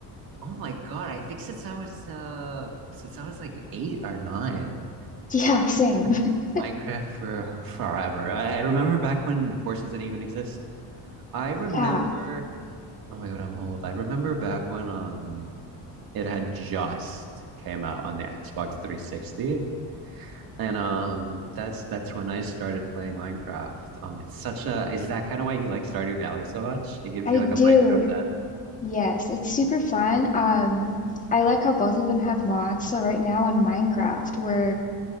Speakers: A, on the right (about 55°); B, on the left (about 20°).
A: oh my God. I think since I was uh since I was like eight or nine.
B: Yeah, same.
A: I-
B: <laughs>
A: Minecraft for forever. I, I remember back when horses didn't even exist. I remember
B: Yeah,
A: oh my God, I'm old. I remember back when um it had just came out on the Xbox 360. And um that's that's when I started playing Minecraft. Um it's such a is that kind of why you like Stardew Valley so much? It gives
B: I
A: you like a
B: do.
A: Minecraft
B: Yes, it's super fun. Um, I like how both of them have mods. So right now on Minecraft, we're